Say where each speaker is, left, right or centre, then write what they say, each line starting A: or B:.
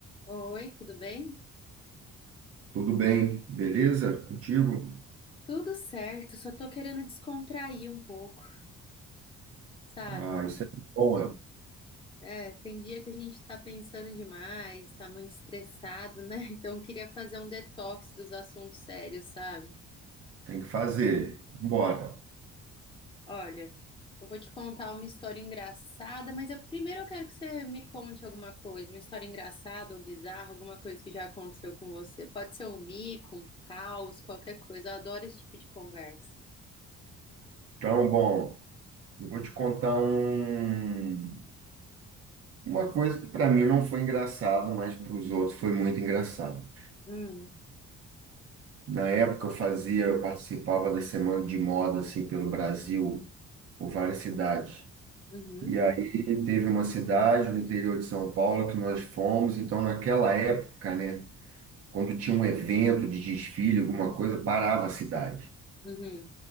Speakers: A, on the left; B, on the right.
A: Oi, tudo bem?
B: Tudo bem, beleza? Contigo?
A: Tudo certo, só tô querendo descontrair um pouco, sabe?
B: Ah, isso é bom, é.
A: É, tem dia que a gente tá pensando demais, tá muito estressado, né? <laughs> Então eu queria fazer um detox dos assuntos sérios, sabe?
B: tem que fazer. Bora.
A: Olha, eu vou te contar uma história engraçada, mas eu, primeiro eu quero que você me conte alguma coisa, uma história engraçada ou bizarra, alguma coisa que já aconteceu com você. Pode ser um mico, um caos, qualquer coisa. Eu adoro esse tipo de conversa.
B: Então, bom, eu vou te contar um, uma coisa que para mim não foi engraçado, mas para os outros foi muito engraçado.
A: Hum,
B: Na época eu fazia, eu participava da semana de moda assim pelo Brasil, por várias cidades.
A: uhum,
B: E aí teve uma cidade no interior de São Paulo que nós fomos, então naquela época, né, quando tinha um evento de desfile, alguma coisa, parava a cidade.
A: uhum,